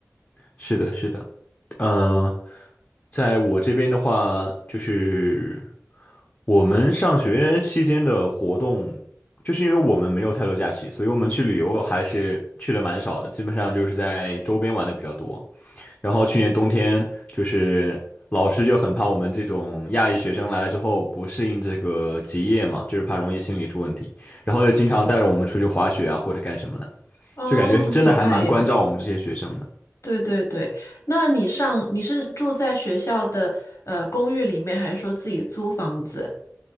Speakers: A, on the left (about 40°); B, on the left (about 65°).
A: 是的，是的，嗯、在我这边的话，就是我们上学期间的活动，就是因为我们没有太多假期，所以我们去旅游还是去的蛮少的，基本上就是在周边玩的比较多。然后去年冬天，就是老师就很怕我们这种亚裔学生来了之后不适应这个极夜嘛，就是怕容易心理出问题，然后就经常带着我们出去滑雪啊或者干什么的，
B: 哦，
A: 就感觉真的还蛮关照我们这些学生的。
B: 很有爱耶。对对对，那你上你是住在学校的呃公寓里面，还是说自己租房子？